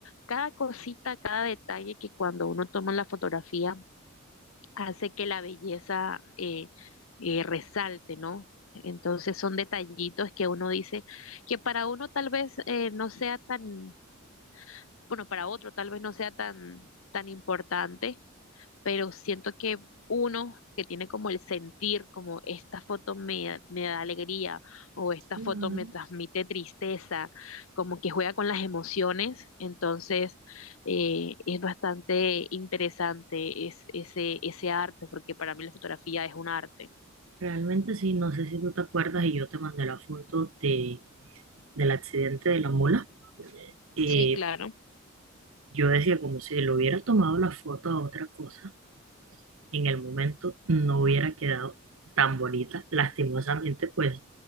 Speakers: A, on the left; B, on the right.
A: cada cosita, cada detalle que cuando uno toma la fotografía hace que la belleza eh, eh, resalte, ¿no? Entonces son detallitos que uno dice que para uno tal vez eh, no sea tan, bueno, para otro tal vez no sea tan, tan importante pero siento que uno que tiene como el sentir, como esta foto me, me da alegría o esta
B: Claro.
A: foto me transmite tristeza, como que juega con las emociones, entonces eh, es bastante interesante es- ese, ese arte, porque para mí la fotografía es un arte.
B: Realmente sí, no sé si tú te acuerdas y yo te mandé la foto de, del accidente de la mula. Eh,
A: Sí, claro.
B: yo decía como si le hubiera tomado la foto a otra cosa, en el momento no hubiera quedado tan bonita. Lastimosamente, pues